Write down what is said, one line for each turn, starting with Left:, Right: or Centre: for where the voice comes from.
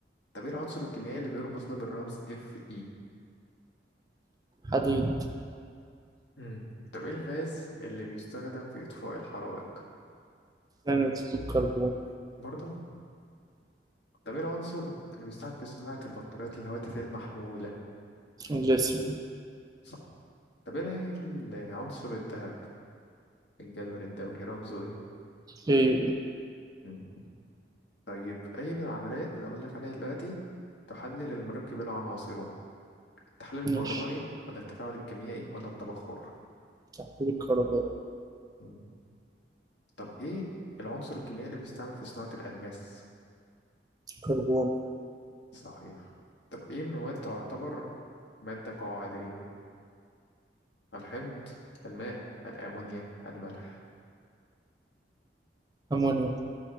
Left: طب ايه العنصر الكيميائي اللي بيرمز له بالرمز Fe
Right: حديد
Left: مم. طب ايه الغاز اللي بيستخدم في إطفاء الحرائق
Right: ثاني اكسيد الكربون
Left: برضه طب ايه العنصر اللي بيستعمل في صناعة البطاريات الهواتف المحمولة
Right: الليثيوم
Left: صح طب ايه العنصر الذهب الجدول الدوري رمزه ايه
Right: ايو
Left: مم. طيب أي من العمليات اللي أقول لك عليها دلوقتي تحلل المركب إلى عناصره التحلل الكهربائي
Right: ماشي
Left: ولا التفاعل الكيميائي ولا التبخر
Right: تحويل الكربون
Left: مم. طب إيه العنصر الكيميائي اللي بيستعمل في صناعة الألماس
Right: كربون
Left: صحيح طب أي من المواد تعتبر مادة قاعدية الحمض الماء الأمونيا الملح
Right: امونيا